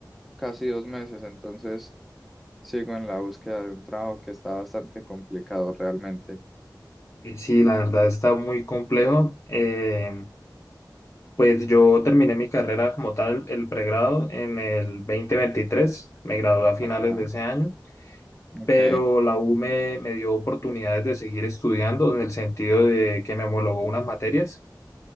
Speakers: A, in the centre; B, on the left (about 40°).
A: casi dos meses, entonces sigo en la búsqueda de un trabajo que está bastante complicado realmente.
B: Y sí, la verdad está muy complejo. eh, Pues yo terminé mi carrera como tal, el, pregrado, en el 2023, me gradué a finales
A: Ajá.
B: de ese año,
A: Ok.
B: pero la U me, me dio oportunidades de seguir estudiando en el sentido de que me homologó unas materias